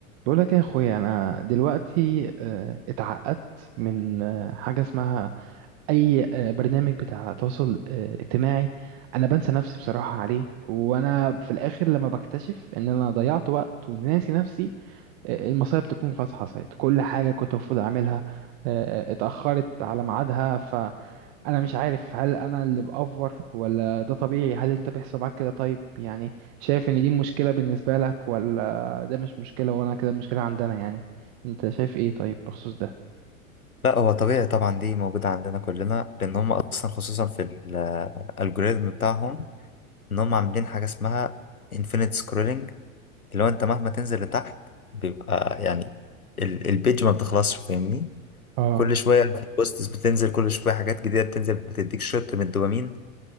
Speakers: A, on the right (about 50°); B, on the left (about 85°).
A: بقول لك إيه يا اخويا انا دلوقتي آه، اتعقدت من آه، حاجه اسمها اي آه، برنامج بتاع تواصل آه، اجتماعي انا بنسى نفسي بصراحه عليه وانا في الاخر لما بكتشف ان انا ضيعت وقت وناسي نفسي آه، المصايب تكون خلاص حصلت كل حاجه كنت المفروض اعملها آه، آه، اتاخرت على ميعادها انا مش عارف هل انا اللي بأفور ولا ده طبيعي هل انت بيحصل معاك كده طيب يعني شايف ان دي مشكلة بالنسبة لك ولا ده مش مشكلة وانا كده مشكلة عندنا يعني انت شايف ايه طيب بخصوص ده
B: لا هو طبيعي طبعا دي موجودة عندنا كلنا لأن هم أصلا خصوصا في الألجوريزم بتاعهم إن هم عاملين حاجة اسمها infinite scrolling اللي هو أنت مهما تنزل لتحت بيبقى يعني ال- البيج ما بتخلصش فاهمني
A: اه
B: كل شوية في بوستس بتنزل كل شوية حاجات جديدة بتنزل بتديك شوت من الدوبامين